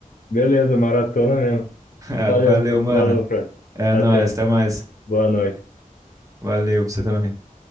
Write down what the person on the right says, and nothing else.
Ah,
Valeu,
mano.
É
nóis, até mais.
Valeu pra você também.